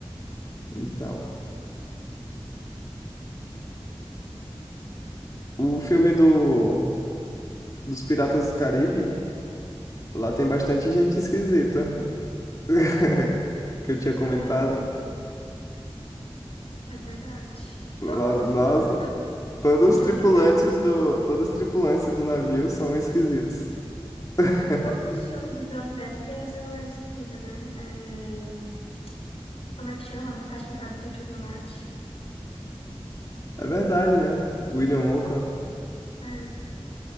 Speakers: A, on the left; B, on the left.
A: Então. O filme do dos Piratas do Caribe, lá tem bastante gente esquisita. <laughs> Que eu tinha comentado
B: É, é verdade.
A: lá,
B: Todos os
A: nossa,
B: filmes do, John,
A: todos
B: do Johnny
A: os tripulantes
B: Depp, né?
A: do, todos os tripulantes do navio são esquisitos. <laughs>
B: E todos os filmes do Johnny Depp tem essa galera esquisita, né? É, como é que chama? Fantástica Fábrica de Chocolate.
A: É verdade, né? William Wonka
B: É.